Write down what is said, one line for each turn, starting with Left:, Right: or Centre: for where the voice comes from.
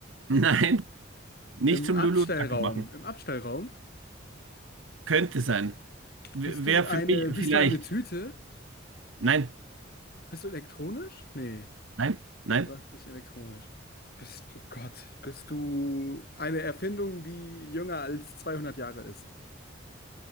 Right: nein, nicht
Left: Im
Right: zum
Left: Abstellraum?
Right: Lulu und Kacke machen.
Left: Im Abstellraum?
Right: Könnte sein. Wäre
Left: Bist du eine,
Right: für mich
Left: bist
Right: vielleicht.
Left: du eine Tüte?
Right: Nein,
Left: Bist du elektronisch? Nee,
Right: nein, nein.
Left: du warst nicht elektronisch. Bist du Gott? Bist du eine Erfindung, die jünger als 200 Jahre ist?